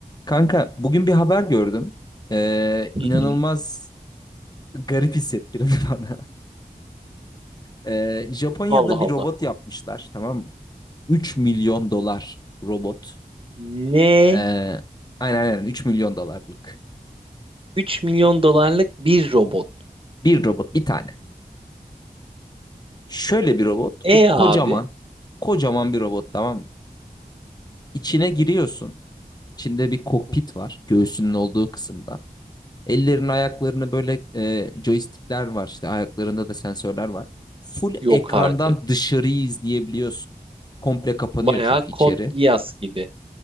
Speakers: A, on the left; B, on the right.
A: Kanka bugün bir haber gördüm. Ee,
B: Hı
A: inanılmaz
B: hı.
A: garip hissettirdi <laughs> bana. Ee, Japonya'da
B: Allah
A: bir
B: Allah.
A: robot yapmışlar tamam mı? 3 milyon dolar robot.
B: Ne?
A: Ee, aynen aynen 3 milyon dolarlık.
B: üç milyon dolarlık bir robot.
A: Bir robot bir tane. Şöyle bir robot.
B: E
A: Bu kocaman.
B: abi?
A: Kocaman bir robot tamam mı? İçine giriyorsun. İçinde bir kokpit var. Göğsünün olduğu kısımda. Ellerini ayaklarını böyle e, joystickler var işte ayaklarında da sensörler var. Full
B: Yok
A: ekrandan
B: artık.
A: dışarıyı izleyebiliyorsun. Komple kapanıyor
B: Bayağı
A: çünkü içeri.
B: kod Geass gibi.